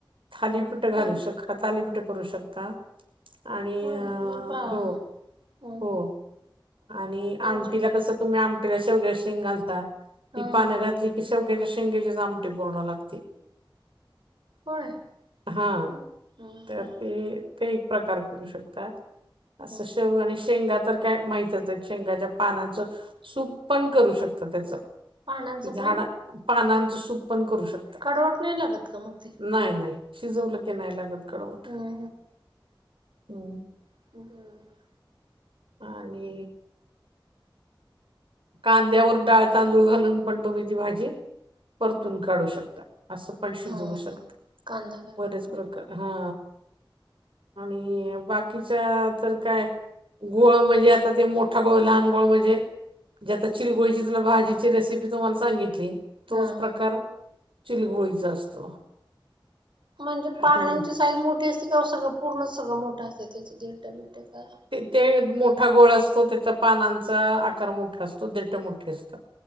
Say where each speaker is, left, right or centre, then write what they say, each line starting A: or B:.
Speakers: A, on the right; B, on the right.
A: थालीपीठ घालू
B: होय
A: शक- थालीपीठ करू शकता आणि
B: होय मला बा हम्म
A: हो
B: हम्म
A: हो आणि
B: म्हणजे
A: आमटीला कसं तुम्ही आमटीला शेवग्याची शेंग घालता
B: हा
A: ती पानं
B: हा
A: घातली की शेवग्याच्या शेंगेचीच आमटी पूर्ण लागते
B: होय
A: हा
B: हम्म हम्म
A: तर
B: हम्म.
A: ते ते एक प्रकार करू शकतात असं
B: हम्म हम्म
A: शेवगा आणि शेंगा तर काय माहितच आहे शेंगाच्या पानाचं सूप पण करू शकता त्याच
B: पानांचं
A: ते झाडा
B: पण
A: पानांचं सूप पण करू शकतात
B: कडवट नाही लागत का मग ते
A: नाही नाही शिजवलं की नाही लागत कडवट
B: हम्म
A: हम्
B: हं
A: आणि कांद्यावर डाळ तांदूळ घालून पण तुम्ही ती भाजी परतून काढू शकता असं पण शिजवू
B: हा
A: शकत
B: हा कांदा घालून
A: बरेच प्रकार हा आणि बाकीच्या तर काय गोळ म्हणजे आता ते मोठा गोळ लहान गोळ म्हणजे जे आता चिलगोळीची तुला भाजीची रेसिपी तुम्हाला सांगितली तोच
B: हा हा
A: प्रकार
B: हा.
A: चिलगोळीचा असतो
B: म्हणजे
A: हं.
B: पानांची साईज मोठी असते का सगळं पूर्ण सगळं मोठं असते त्याचे देठ बीठ काय
A: ते ते मोठा गोळ असतो त्याचा पानांचा आकार मोठा असतो देठ मोठे अस -तात